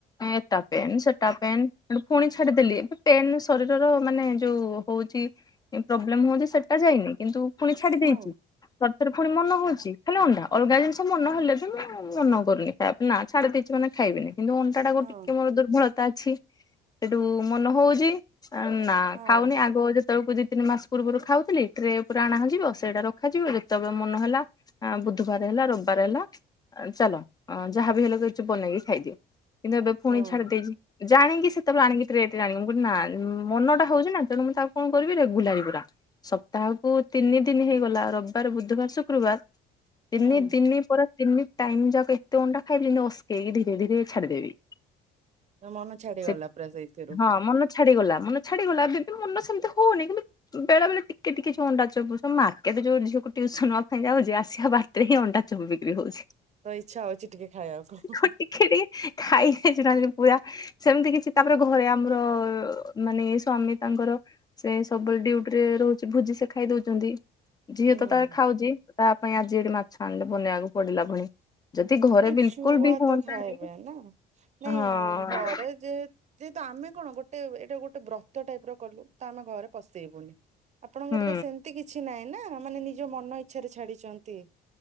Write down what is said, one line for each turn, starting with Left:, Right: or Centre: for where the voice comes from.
Left: ଏଟା ପେନ୍ ସେଟା ପେନ୍ ପୁଣି ଛାଡିଦେଲି ଏବେ ପେନ୍ ଶରୀରର ମାନେ ଯୋଉ ହ ପ୍ରୋବ୍ଲେ ହଉଛି ସେଟା ଯାଇନି କିନ୍ତୁ ପୁଣି ଛାଡି
Right: ହଁ
Left: ଦେଇଛି। ପୁଣି ମନ ହଉଛି ଖାଲି ଅଣ୍ଡା ଅଲଗା ଜିନିଷ ମନେ ହେଲେ ବି ମୁଁ ମନ କରୁନି ଖା ନା ଛାଡି ଦେଇଛି ମାନେ। ଖାଇବନି କିନ୍ତୁ ଅଣ୍ଟାଟାକୁ
Right: ହଁ
Left: ଟିକେ ମୋର ଦୁର୍ବଳତା ଅଛି ସେଠୁ ମନ ହଉଛି। ନା
Right: ହଁ
Left: ଖାଉନି ଆଗ ଯେତେବେଳକୁ ଦି ତିନି ମାସ ପୂର୍ବରୁ ଖାଉଥିଲି ଟ୍ରେ ପୁରା ଅଣା ଯିବ ସେଇଟା ରଖାଯିବ ଯେତେବେଳେ ମନ ହେଲା ବୁଧବାର ହେଲା ର ହେଲା ଚାଲ ଯାହାବି ହେଲେ ବନେଇକି ଖାଇଦିଅ କିନ୍ତୁ ଏବେ ପୁଣି
Right: ହଁ
Left: ଛାଡ଼ିଦେଇଛି। ଜାଣିକି ସେତେବେଳେ ଆଣିକି ଟ୍ରେରେ ଆଣି ମୁଁ କ ନା ମନ ଟା ହଉଛି ନା ତଣୁ ମୁଁ ତାକୁ କଣ କରିବି ରେଗୁଲାରୀ ପୁରା। ସପ୍ତାହକୁ ତିନି ଦିନ ହେଇଗଲା ରବି ାର ବୁଧବାର ଶୁକ୍ରବାର ତିନି
Right: ହୁଁ
Left: ଦିନି ପ ତିନିି ଟାଇମ ଯାକ ଏତେ ଅଣ୍ଡା ଖାଇବି ଓସକେଇକି ଧୀରେ ଧୀରେ ଛାଡିଦେବି
Right: ମୋ ମନ ଛାଡିଗଲା
Left: ସେ
Right: ପୁରା ସେଇଥିରୁ
Left: ହଁ ମନ ଛାଡିଗଲା ମନ ଛାଡିଗଲା ଏବେ ବି ମନ ସେମିତି ହଉନି କିନ୍ତୁ ବେଳେ ବେଳେ ଟିକେ ଟିକେ ଅଣ୍ଡା ଚପ ମାର୍କେ ଯୋ ଝିଅକୁ ଟିଉସନ ନବା ପାଇଁ ଯାଉଛି ଆସିବା ବାଟରେ ହିଁ ଅଣ୍ଡା ଚପ ବିକ୍ରି ହଉଛି।
Right: ତ ଇଚ୍ଛା ହଉଛି ଟିକେ ଖାଇବାକୁ
Left: ଟିକେ ଟିକେ ଖାଇ ପୁରା ସେମିତି କିଛି ତାପରେ ଘରେ ଆମର ମାନେ ସ୍ଵାମୀ ତାଙ୍କର ସେ ସବୁବେଳେ ଡୁଟି ରେ ରହୁଛି ଭୋଜି ସେ ଖାଇ ଦଉଛନ୍ତି। ଝିଅ
Right: ହୁଁ।
Left: ତ ଖାଉଛି ତା ପାଇଁ ଆଜି ଏଠି ମାଛ ଆଣିଲେ ବନେଇବାକୁ ପଡିଲା ପୁଣି ଯଦି ଘରେ ବିଲକୁଲ
Right: ଛୁଆ
Left: ବି ହୁଅନ୍ତାନି
Right: ତ ଖାଇବେ ନା ନାଇଁ
Left: ହଁ
Right: ଘରେ ଯେତ ଯେହେତୁ ଆମେ କଣ ଗୋଟେ ଏଇଟା ଗୋଟେ ବ୍ରତ ଟାଇପ ର କଲୁ ତ ଆମେ ଘରେ ପଶେଇବୁନି। ଆପଣଙ୍କର
Left: ହୁଁ
Right: ତ ସେମତି କିଛି ନାହିଁ ନା ମାନେ ନିଜ ମନ ଇଚ୍ଛାରେ ଛାଡିଛନ୍ତି।